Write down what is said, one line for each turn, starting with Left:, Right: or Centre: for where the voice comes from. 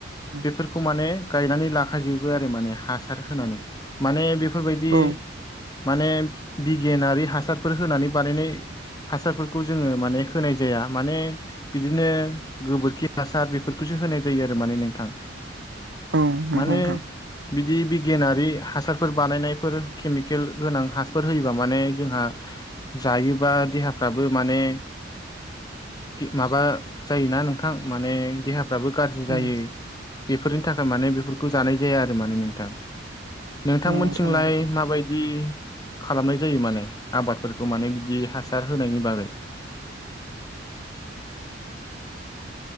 Right: उम
Left: बेफोरखौ माने गायनानै लाखाजोबो आरो माने हासार होनानै। माने बेफोरबायदि
Right: औ
Left: माने बिगियानारि हासारफोर होनानै बानायनाय हासारफोरखौ जोङो माने होनाय जाया माने बिदिनो गोबोरखि हासार बेफोरखौसो होनाय जायो आरो माने नोंथां।
Right: औ नंगौ
Left: माने
Right: नोंथां
Left: बिदि बिगियानारि हासारफोर बानायनायफोर केमिकेल गोनां हासफोर होयोबा माने जोंहा जायोबा देहाफ्राबो माने माबा जायोना नोंथां माने देहाफ्राबो गाज्रि
Right: उम
Left: जायो बेफोरनि थाखाय माने बेफोरखौ जानाय जाया आरो माने नोंथां। नोंथांमोनथिंलाय
Right: उम नोंथां नंगौ
Left: माबायदि खालामनाय जायो माने आबादफोरखौ माने बिदि हासार होनायनि बागै